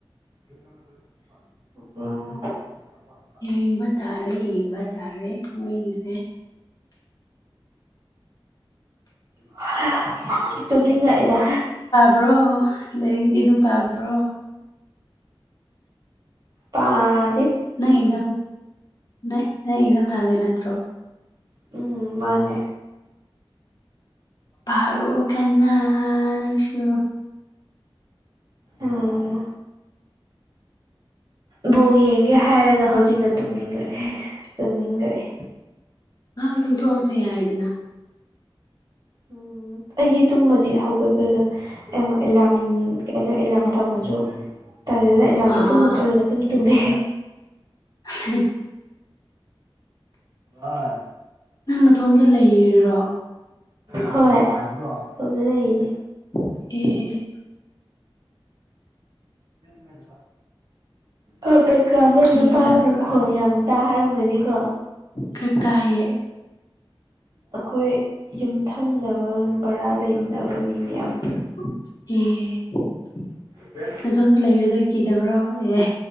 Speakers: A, on the right; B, on the left.
A: ꯎ
B: ꯌꯦꯡꯕ ꯇꯥꯔꯦ ꯌꯦꯡꯕ ꯇꯥꯔꯦ ꯃꯣꯏꯒꯤꯁꯦ
A: ꯍ ꯇꯨꯝꯂꯤꯉꯛꯏꯗ
B: ꯔ꯭ꯔꯣ ꯂꯩꯔꯤꯛꯗꯤ ꯑꯗꯨꯝ ꯄꯥꯕ꯭ꯔꯣ ꯑꯣ
A: ꯄꯥꯗꯦ
B: ꯅꯪ ꯑꯦꯛꯖꯥꯝ ꯅ ꯅꯪ ꯑꯦꯛꯖꯥꯝ ꯊꯥꯗꯣꯏ ꯅꯠꯇ꯭ꯔꯣ
A: ꯎꯝ ꯃꯥꯅꯤ
B: ꯐꯥꯔꯣ ꯀꯟꯅ ꯅꯪꯁꯨ
A: ꯑꯣꯝ ꯕꯣ ꯌꯦꯡꯒꯦ ꯍꯥꯏꯔꯒ ꯍꯧꯖꯤꯛꯅ ꯇꯨꯝꯅꯤꯡꯉꯛꯦ ꯇꯨꯝꯅꯤꯡꯂꯛꯑꯦ
B: ꯉꯥꯛ ꯇꯝ ꯊꯣꯛꯑꯁꯨ ꯌꯥꯏꯗꯅ
A: ꯎꯝ ꯑꯩꯒꯤ ꯇꯨꯝꯃꯗꯤ ꯍꯧꯒꯠꯄꯗ ꯑꯦ ꯑꯦꯂꯝ ꯑꯦꯂꯝ ꯊꯝꯃꯁꯨ ꯑꯦꯂꯥꯝꯟꯗꯣ
B: ꯑꯥ
A: ꯑꯗꯨꯝ ꯃꯨꯠꯊꯠꯂꯒ ꯑꯗꯨꯝ ꯇꯨꯝꯃꯦ
B: <unintelligible>
A: ꯑ
B: ꯅꯪ ꯅꯇꯣꯝꯇ ꯂꯩꯔꯤꯔꯣ
A: ꯍꯣꯏ ꯏꯇꯣꯝꯇ ꯂꯩꯔꯤꯅꯦ
B: ꯑꯦ
A: ꯃꯅ ꯑꯣ ꯕꯦꯛꯒ꯭ꯔꯥꯎꯟꯗ
B: ꯀꯤꯗꯕ꯭ꯔꯥ
A: ꯅꯨꯄꯥꯒ ꯑꯃꯨꯛ ꯈꯣꯟ ꯌꯥꯝ ꯇꯥꯔꯝꯒꯅꯤꯀꯣ
B: ꯈꯥ ꯇꯏꯌꯦ
A: ꯑꯩꯈꯣꯏ ꯌꯨꯝꯊꯪꯅꯕ ꯕꯔꯥ ꯂꯩꯃꯤꯅꯕ ꯃꯤ ꯃꯌꯥꯝ
B: ꯑꯦ
A: ꯐ
B: ꯅꯗꯣꯝꯇꯥ ꯂꯩꯔꯤꯗꯣ ꯀꯤꯗꯕ꯭ꯔꯣ ꯑꯦ